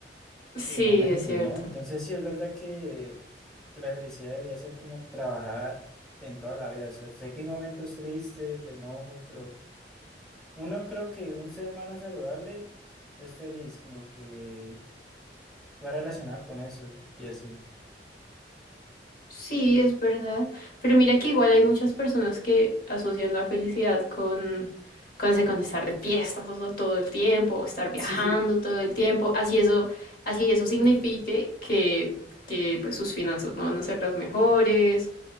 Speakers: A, on the left (about 55°); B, in the centre.
A: Sí,
B: eh, momentos,
A: es cierto.
B: ¿no? Entonces sí es verdad que, que la felicidad debería ser como trabajada en toda la vida. O sea, sé que hay momentos tristes, de enojo, pero... Uno creo que un ser humano saludable es feliz, como que va relacionado con eso ¿no? y así. <laughs>
A: Sí, es verdad. Pero mira que igual hay muchas personas que asocian la felicidad con, con, ese, con estar de fiesta todo, todo el tiempo, o estar viajando
B: Sí,
A: todo el tiempo. Así eso, así eso signifique que, que pues, sus finanzas no van a ser las mejores,